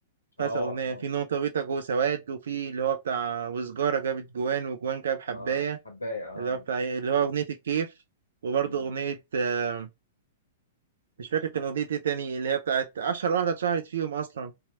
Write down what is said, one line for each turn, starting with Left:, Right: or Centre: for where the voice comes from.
Right: كانت
Left: اه
Right: أغنية
Left: اه
Right: في نقطة جو سواد وفي اللي هو بتاع وسجارة جابت جوان وجوان جاب حباية
Left: اه حبايه
Right: اللي
Left: اه
Right: هو بتاع اللي هو أغنية الكيف وبرضه
Left: مم.
Right: أغنية آه، مش فاكر كان أغنية إيه تاني اللي هي بتاعت أشهر واحدة اتشهرت فيهم أصلا